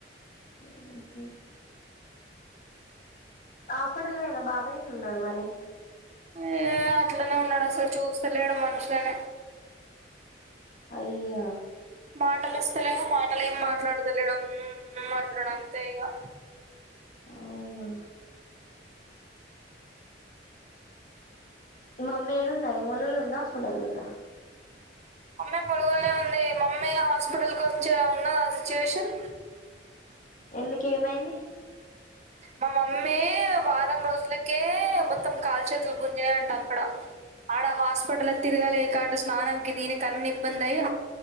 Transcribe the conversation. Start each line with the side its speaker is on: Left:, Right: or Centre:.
Left: హు హు హాస్పెటల్ పోయినా బాబాయ్ ఎట్లున్నడు మరి
Right: ఏ అట్లనే ఉన్నడు అసలు చూస్తలేడు మనుషులనే
Left: అయ్యా
Right: మాటలు వస్తేలేవు మాటలు ఏమి మాట్లాడతలేడు మ్ మ్ అంటున్నడు అంతే ఇక
Left: అవునా మా అమ్మయి ఏడు ఉన్నది ములుగులు ఉందా హాస్పిటల్ ఉందా
Right: మమ్మీ మొలుగుోలనే ఉంది మమ్మీ హాస్పిటల్కి వచ్చే ఉన్నది ఆ సిచ్యువేషన్
Left: ఎందుకేమైంది
Right: మా మమ్మీ వారం రోజులకే మొత్తం కాలు చేతులు గుంజనే అంటాారు అక్కడ ఆడ హాస్పిటల్ తిరగాలే కాడు స్నానం క దీని కన్న ఇబ్బంది అయి